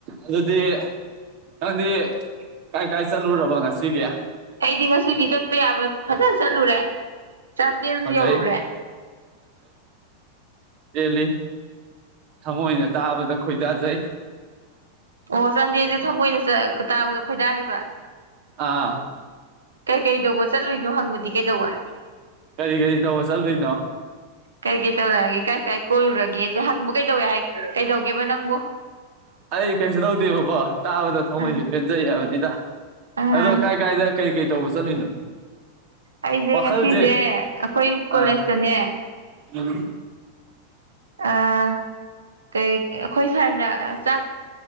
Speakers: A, on the right; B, on the right.
A: ꯑꯗꯨꯗꯤ ꯅꯪꯗꯤ ꯀꯥꯏ ꯀꯥꯏ ꯆꯠꯂꯨꯔꯕ ꯉꯁꯤꯒꯤ
B: ꯑꯩꯗꯤ ꯉꯁꯤꯗꯤ ꯆꯠꯄ ꯌꯥꯕ ꯐꯖꯅ ꯆꯠꯂꯨꯔꯦ ꯆꯥꯟꯗꯦꯜ
A: ꯐꯖꯩ
B: ꯌꯧꯔꯨꯔꯦ
A: ꯄꯦꯜꯂꯤ ꯊꯃꯣꯏꯅ ꯇꯥꯕꯗ ꯈꯣꯏꯗꯥꯖꯩ
B: ꯑꯣ ꯆꯥꯟꯗꯦꯁꯦ ꯊꯃꯣꯏꯅ ꯆ ꯇꯥꯕꯗ ꯈꯣꯏꯗꯥꯔꯤꯕ
A: ꯑꯥ
B: ꯀꯩ ꯀꯩꯗꯧꯕ ꯆꯠꯂꯨꯏꯅꯣ ꯍꯪꯕꯗꯤ ꯀꯩꯗꯧꯕ
A: ꯀꯔꯤ ꯀꯔꯤ ꯇꯧꯕ ꯆꯠꯂꯨꯏꯅꯣ
B: ꯀꯩ ꯀꯩ ꯇꯧꯔꯛꯑꯒꯦ ꯀꯥꯏ ꯀꯥꯏ ꯀꯣꯏꯔꯨꯔꯒꯦꯁꯦ ꯍꯪꯕ ꯀꯩꯗꯧꯋꯦ ꯍꯥꯏ ꯀꯩꯗꯧꯒꯦꯕ ꯅꯪꯕꯨ
A: ꯑꯩ ꯀꯩꯁꯨ ꯇꯧꯗꯦꯕꯀꯣ ꯇꯥꯕꯗ ꯊꯃꯣꯏꯁꯦ
B: ꯎꯝ
A: ꯄꯦꯟꯖꯩ ꯍꯥꯏꯕꯅꯤꯗ
B: ꯑꯥ
A: ꯑꯗꯣ ꯀꯥꯏ ꯀꯥꯏꯗ ꯀꯩ ꯀꯩ ꯇꯧꯕ ꯆꯠꯂꯤꯅꯣ
B: ꯑꯩꯖꯦ
A: ꯋꯥꯈꯜꯁꯦ
B: ꯉꯁꯤꯖꯦ ꯑꯈꯣꯏ ꯀꯣꯂꯦꯖꯇꯅꯦ
A: ꯑꯥ ꯎꯝ
B: ꯑꯥ ꯀꯩ ꯑꯩꯈꯣꯏ ꯁꯥꯔꯅ ꯆꯥꯛ